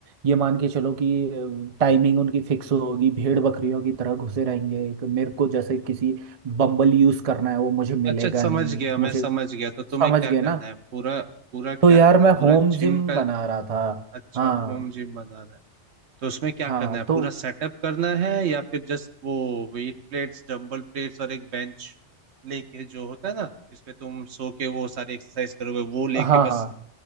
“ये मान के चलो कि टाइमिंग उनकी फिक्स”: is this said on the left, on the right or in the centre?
Right